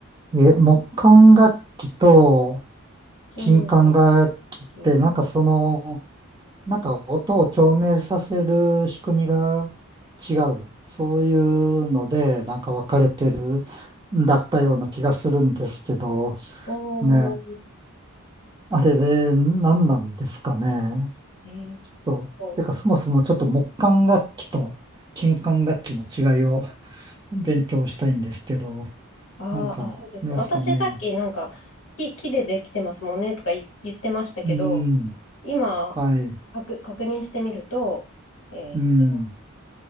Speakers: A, on the right (about 20°); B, on the left (about 65°).
A: え、木管楽器と
B: 金楽
A: 金管楽器って、
B: 器。
A: なんかその、なんか音を共鳴させる仕組みが違う。そういうので、なんか分かれてるんだったような気がするんですけど、
B: おー、
A: ね、あれで何なんですかね。
B: えーっ
A: と、
B: と、
A: てかそもそもちょっと木管楽器と金管楽器の違いを <laughs> 勉強したいんですけど、
B: うんあーあ、
A: なんかありますかね。
B: そうですね。私さっきなんか、木、木でできてますもんねとか言、言ってましたけど、
A: うん、
B: 今、
A: はい、
B: 確、確認してみると、えーっと、
A: うん、